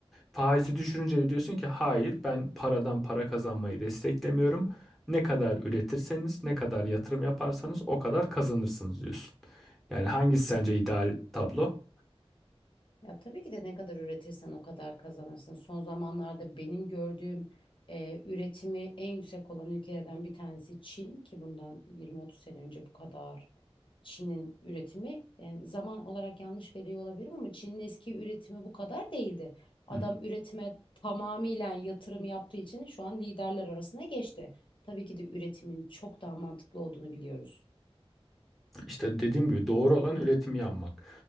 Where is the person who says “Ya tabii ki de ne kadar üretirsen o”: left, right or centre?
Left